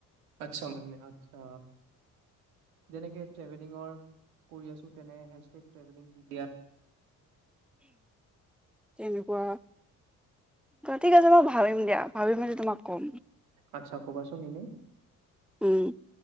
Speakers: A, on the right (about 80°); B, in the centre.
A: আতচা মানে আতছা যেনেকে ট্ৰেভেলিঙৰ কৰি আছো তেনে হে চেছ স্তেগ
B: তেনেকুৱা ঠিক আছে মই ভাবিম দিয়া ভাবিম যে তোমাক ক'ম
A: আচ্ছা কনা চুন এনে
B: উম